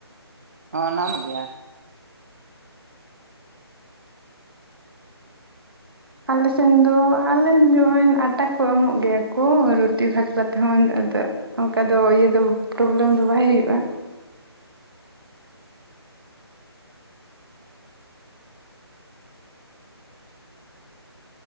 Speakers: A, on the right (about 40°); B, on the right (about 60°).
A: ᱦᱚᱸ ᱧᱟᱢᱚᱜ ᱜᱮᱭᱟ᱾
B: ᱟᱞᱮᱥᱮᱱ ᱫᱚ ᱟᱞᱮ ᱡᱚᱜᱼᱚᱭ ᱟᱴᱟ ᱠᱚ ᱮᱢᱚᱜ ᱜᱮᱭᱟ ᱠᱚ ᱨᱩᱴᱤ ᱵᱷᱟᱠᱨᱟ ᱛᱮᱸᱦᱚ ᱟᱫᱚ᱾ ᱚᱱᱠᱟ ᱫᱚ ᱤᱭᱟᱹ ᱫᱚ ᱯᱨᱚᱵᱞᱮᱢ ᱫᱚ ᱵᱟᱭ ᱦᱩᱭᱩᱜᱼᱟ᱾